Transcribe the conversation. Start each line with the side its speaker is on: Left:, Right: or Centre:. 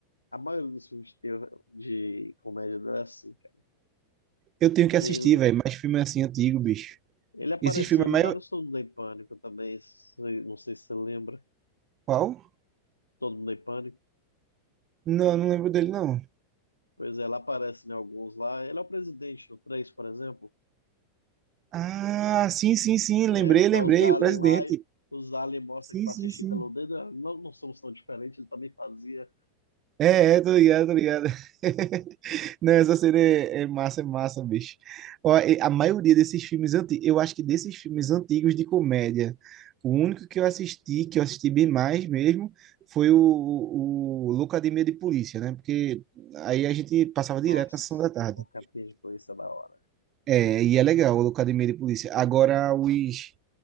Left: A maioria dos filmes de, terror- de comédia dele é assim, cara.
Right: eu tenho que assistir,
Left: E Ele,
Right: velho, mais filme assim antigo, bicho.
Left: ele apareceu
Right: Esses filmes
Left: em
Right: é maior.
Left: vários Todo Mundo em Pânico também. se- Não sei se você lembra.
Right: Qual?
Left: Todo Mundo em Pânico.
Right: Não, eu não lembro dele, não.
Left: Pois é, ele aparece em alguns lá. Ele é o presidente no três por exemplo.
Right: Ah, sim, sim, sim,
Left: Lembra
Right: lembrei,
Left: que
Right: lembrei,
Left: tá os aliens
Right: o presidente.
Left: lá, e os aliens mostram
Right: Sim,
Left: que pra
Right: sim,
Left: assistir
Right: sim.
Left: pelo dedo, ah, não, não somos tão diferentes, ele também fazia.
Right: É, é, tô ligado, tô ligado. <laughs> Não, essa cena é, é massa, é massa, bicho. Ó, e a maioria desses filmes antigos, eu acho que desses filmes antigos de comédia, o único que eu assisti, que eu assisti bem mais mesmo, foi o, o, o Loucademia de Polícia, né? Porque aí a gente passava
Left: Nossa,
Right: direto na sessão da tarde.
Left: o Catrinha de Polícia é da hora.
Right: É, e é legal o Loucademia de Polícia. Agora, os